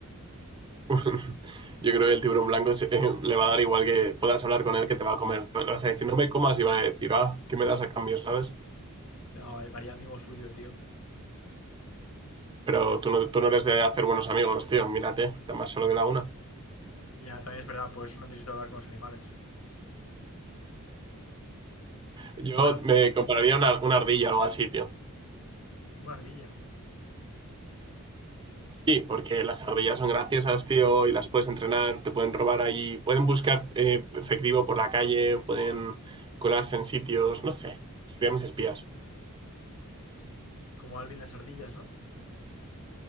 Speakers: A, on the right; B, on the left.
A: <laughs> Yo creo que el tiburón blanco se- <laughs> le va a dar igual que puedas hablar con él que te va a comer. Le vas a decir, no me comas y va a decir, ah, ¿qué me das a cambio, sabes?
B: No, me haría amigo suyo, tío.
A: Pero tú no, tú no eres de hacer buenos amigos, tío, mírate, está más solo que la una.
B: Ya, también es verdad, pues no necesito hablar con los animales.
A: Yo
B: Bueno,
A: me compraría una, una ardilla o algo así, tío.
B: una ardilla.
A: Sí, porque las ardillas son graciosas, tío, y las puedes entrenar, te pueden robar ahí, pueden buscar eh, efectivo por la calle, pueden colarse en sitios, no sé, serían mis espías.
B: Como Alvin las ardillas, ¿no?